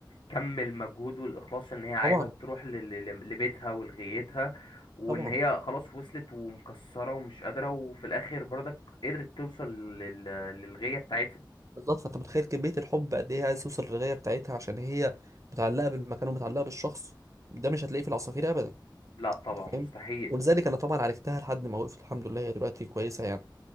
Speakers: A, on the left (about 85°); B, on the right (about 40°).
A: كم المجهود والإخلاص إن هي عايزة
B: طبعا
A: تروح ل- ل- ل- لبيتها ولغايتها وإن
B: طبعا
A: هي خلاص وصلت ومكسرة ومش قادرة وفي الآخر برضك قدرت توصل لل- للغاية بتاعتها
B: بالظبط فانت متخيل كمية الحب قد ايه عايز توصل للغاية بتاعتها عشان هي متعلقة بالمكان ومتعلقة بالشخص ده مش هتلاقيه في العصافير ابدا
A: لا طبعا
B: انت فاهم
A: مستحيل
B: ولذلك انا طبعا عالجتها لحد ما وقفت الحمد لله هي دلوقتي كويسة يعني